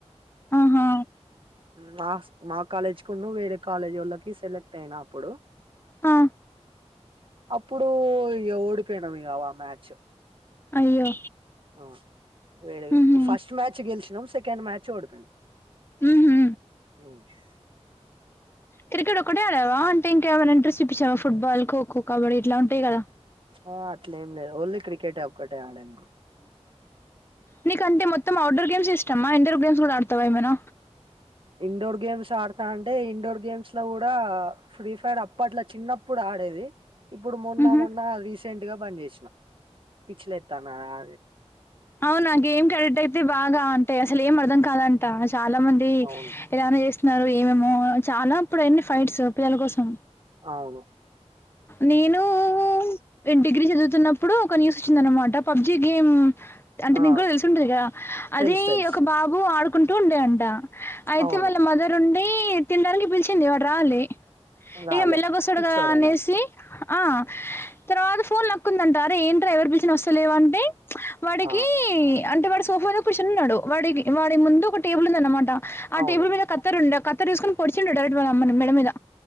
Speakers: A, on the left; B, on the right.
A: అహా
B: మా మా కాలేజ్ కు ను వేరే కాలేజ్ వాళ్ళకి సెలెక్ట్ అయినప్పుడు
A: ఆ
B: అప్పుడు ఓడిపోయినా వ్ ఇగ ఆ మ్యాచ్
A: అయ్యో
B: ఆ వే
A: ఉహు
B: ఫస్ట్ మ్యాచ్ గెలిచినాం సెకండ్ మ్యాచ్ ఓడిపోం
A: ఉహు
B: ుష్
A: క్రికెట్ ఒకటే ఆడావా అంటే ఇంకా ఏమై ఇంట్రెస్ట్ చూపించావా ఫుట్బాల్ కోకో కబడ్డి ఇట్లా ఉంటాయి కదా
B: ఆ అట్లే ఏం లేదు ఓన్లీ క్రికెటే ఒక్కటే ఆడండి
A: నీక అంటే మొత్తం అవుట్డోర్ గేమ్స్ ఇష్టమా ఇండోర్ గేమ్స్ కూడా ఆడుతావా ఏమైన
B: ఇండోర్ గేమ్స్ ఆడతా అంటే ఇండోర్ గేమ్స్ లో కూడా ఫ్రీ ఫైర్ అప్పట్ల చిన్నప్పుడు ఆడేది ఇప్పుడు మొన్న
A: ఉహు
B: మొన్న రీసెంట్ గా పనిచేసిన పిచ్చి లేత్తాను అ
A: అవునా గేమ్ కరెక్ట్ అయితే బాగా అంటే అసలు ఏం అర్థం కాాలంటే త చాలా మంది
B: అవును
A: ఎలానో చేస్ న్నారు ఏమేమో చాలా ఇప్పుడు ఎన్ని ఫైట్స్ పిల్లల కోసం
B: అవును
A: నేనూ నేన్ డిగ్రీ చదువుతున్నప్పుడు ఒక న్యూస్ వచ్చింది అనమాట పబ్జి గేమ్ అంటే నీకు
B: ఆ
A: కూడ తెలిసి ఉంటది కదా అది
B: తెలుసు తెలుసు
A: ఒక బాబు ఆడుకుంటూ ఉండేయంట అయితే
B: అవును
A: వాళ్ళ మదర్ ఉండి తినడానికి పిలిచింది వాడు రావాలి
B: రాలే
A: ఇక మెల్లగొస్తడు
B: పిచ్చోడేనా
A: గ ఆనే
B: అది.
A: సి ఆ తర్వాత ఫోన్ లాక్కుందంట అరె ఏంట్ర ఎవరు పిలిచిన వస్తలేవ అంటే వాడికి
B: ఆ
A: అంటే వాడి సోఫా లో కూర్చుని ఉన్నాడు వాడికి వాడి ముందు ఒక టేబుల్ ఉందన్నమాట ఆ
B: అవును
A: టేబుల్ మీద కత్తెర ఉండె కత్తెర తీసుకుని పొడిచిండు డైరెక్ట్ వాళ్ల అమ్మను మెడ మీద